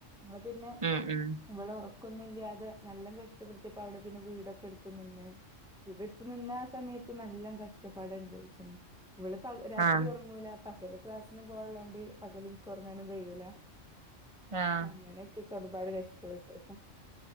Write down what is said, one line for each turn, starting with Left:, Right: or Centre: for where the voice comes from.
Centre: ഞാ പിന്നെ
Right: ഉം ഉം
Centre: ഇവളെ ഒറക്ക് ക്കൊന്നുല്ലാതെ നല്ലൊം കഷ്ടപ്പെടുത്ത്യേപ്പം അവിടെ പിന്നെ വീടൊക്കെ ഇട്ത്ത് നിന്ന്. വീടെടുത്ത് നിന്ന ആ സമയത്ത് നല്ല കഷ്ടപ്പാട് അനുഭവിച്ച്ണ്. ഇവിള് പ രാത്രി
Right: ആഹ്
Centre: ഒറങ്ങൂല. പകല് ക്ലാസ്സിനും പോവാള്ളോണ്ട് പകല് ഇൻക്ക് ഉറങ്ങാനും കഴിയൂല.
Right: ആഹ്
Centre: അങ്ങനെയൊക്കെ ഒരുപാട് കഷ്ടപ്പെട്ടു.